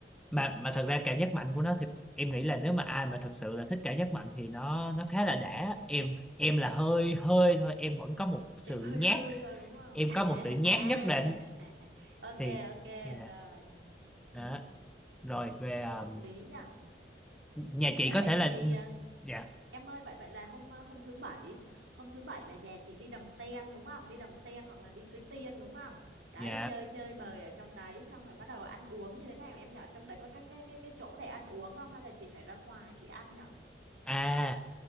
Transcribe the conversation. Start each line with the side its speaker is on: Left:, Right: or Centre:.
Centre: mà mà thật ra cảm giác mạnh của nó thì em nghĩ là nếu mà ai mà thật sự là thích cảm giác mạnh thì nó nó khá là đã em em là hơi hơi thôi em vẫn có một sự
Right: em hơi
Centre: nhát
Right: hơi thôi đúng không
Centre: em
Right: <laughs>
Centre: có một sự nhát
Right: à,
Centre: nhất định
Right: à, à. ok
Centre: thì
Right: ok
Centre: dạ,
Right: rồi
Centre: đó.
Right: ừ
Centre: rồi về ờ,
Right: hợp lý nhỉ
Centre: nhà chị
Right: Ê,
Centre: có
Right: vậy
Centre: thể
Right: thì
Centre: là
Right: thì à,
Centre: dạ
Right: em ơi vậy vậy là hôm à, hôm thứ bảy hôm thứ bảy là nhà chị đi đầm sen đúng không đi đầm sen hoặc là đi Suối Tiên đúng không đấy
Centre: dạ
Right: chơi chơi bời ở trong đấy xong rồi bắt đầu ăn uống như thế nào em nhỏ trong đấy có các cái cái cái chỗ để ăn uống không hay là chị phải ra ngoài chị ăn nhở
Centre: à